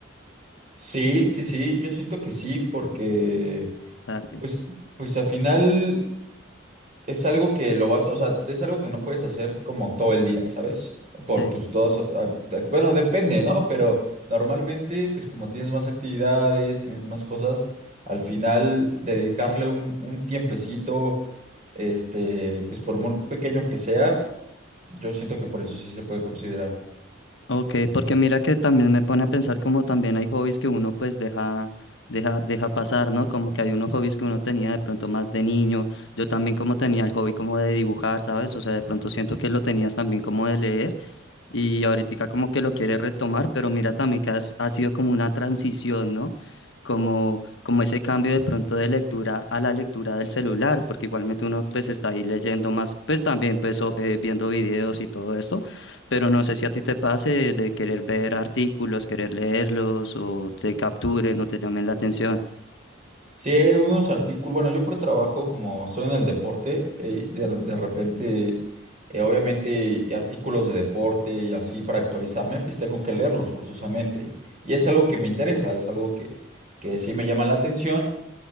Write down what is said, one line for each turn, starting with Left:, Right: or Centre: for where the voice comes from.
Right: Sí, sí, sí, yo siento que sí, porque
Left: Dale,
Right: pues, pues al final es algo que lo vas, o sea, es algo que no puedes hacer como todo el día, ¿sabes?
Left: sí.
Right: Por tus todas, ah, te- bueno, depende, ¿no? Pero normalmente, pues como tienes más actividades, tienes más cosas, al final dedicarle un, un tiempecito, este, pues por muy pequeño que sea, yo siento que por eso sí se puede considerar.
Left: Ok, porque mira que también me pone a pensar como también hay hobbies que uno pues deja, deja, deja pasar, ¿no? Como que hay unos hobbies que uno tenía de pronto más de niño. Yo también como tenía el hobby como de dibujar, ¿sabes? O sea, de pronto siento que lo tenías también como de leer. Y ahorita como que lo quiere retomar, pero mira también que has- ha sido como una transición, ¿no? Como, como ese cambio de pronto de lectura a la lectura del celular, porque igualmente uno pues está ahí leyendo más, pues también pues o- eh, viendo videos y todo esto, pero no sé si a ti te pase de querer ver artículos, querer leerlos o te capturen o te llamen la atención.
Right: Sí, hay algunos artículos. Bueno, yo por trabajo, como estoy en el deporte, eh, de, de repente, eh, obviamente, y artículos de deporte y así para actualizarme, pues tengo que leerlos forzosamente. Y, y es algo que me interesa, es algo que, que sí me llama la atención.